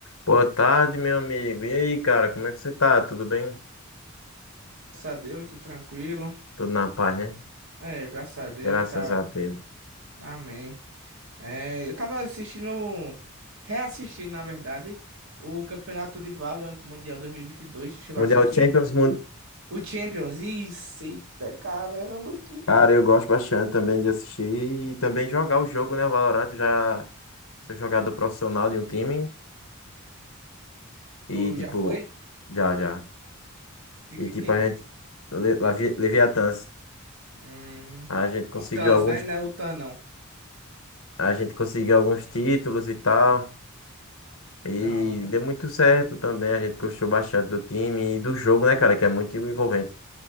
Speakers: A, on the left; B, on the right.
A: Boa tarde, meu amigo. E aí, cara, como é que você tá? Tudo bem?
B: Graças a Deus, tudo tranquilo.
A: Tudo na paz, né?
B: É, graças a Deus,
A: Graças
B: tá.
A: a Deus.
B: Amém. É, eu tava assistindo, reassistindo, na verdade, o Campeonato de Valorant Mundial 2022. Tu Chegou
A: Mundial
B: a assistir?
A: Champions, mun...
B: O Champions. Isso, eita, caramba, que.
A: cara, eu gosto bastante também de assistir e também jogar o jogo, né? O Valorant eu já sou jogador profissional de um time e
B: Tu
A: tipo,
B: já foi?
A: já, já.
B: De
A: E
B: que
A: tipo,
B: time?
A: a gente Le- Levi- Leviatãs,
B: Hum,
A: a gente conseguiu
B: o Tans,
A: alguns
B: né? Não é o Tan, não.
A: a gente conseguiu alguns títulos e tal.
B: Que
A: E
B: da hora.
A: deu muito certo também, a gente gostou bastante do time e do jogo, né, cara, que é muito envolvente.